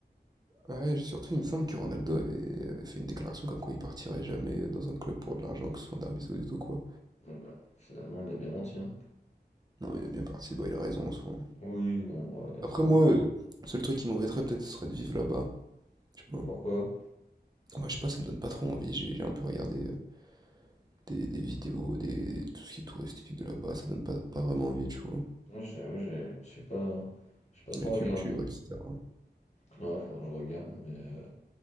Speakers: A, on the right (about 20°); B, on the left (about 40°).
A: Ah ouais, surtout il me semble que Ronaldo avait, avait fait une déclaration comme quoi il partirait jamais euh, dans un club pour de l'argent, que ce soit en Arabie Saoudite ou quoi.
B: Ah bah, finalement, il a bien menti, hein.
A: Non, il est bien parti, bah il a raison en soi.
B: Oui, bon, ouais,
A: Après
B: c'est-
A: moi, euh, le seul truc qui m'embêterait peut-être ce serait de vivre là-bas, tu vois.
B: pourquoi?
A: Moi, je sais pas, ça me donne pas trop envie. J'ai j'ai un peu regardé euh, des, des vidéos, des, tout ce qui est touristique de là-bas. Ça donne pas, pas vraiment envie, tu vois.
B: Moi, j'ai, ouais, j'ai- je suis pas, j'ai pas trop
A: La culture,
B: regardé.
A: etc. Moi,
B: Ouais, faudrait que je regarde, mais euh,